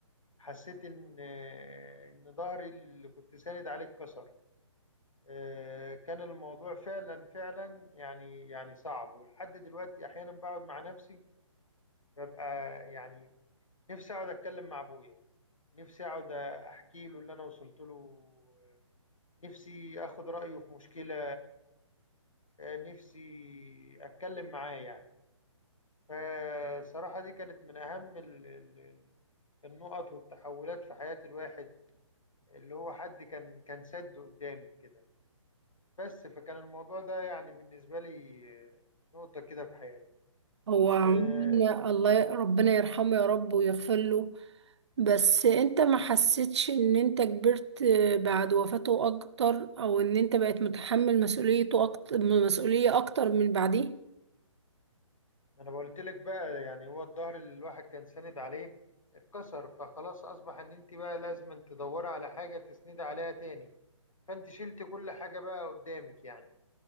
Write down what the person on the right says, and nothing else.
هو عموماً
الله ربنا يرحمه يا رب ويغفر له بس انت ما حسيتش ان انت كبرت بعد وفاته اكتر او ان انت بقيت متحمل مسؤوليته اكتر مسؤولية اكتر من بعديه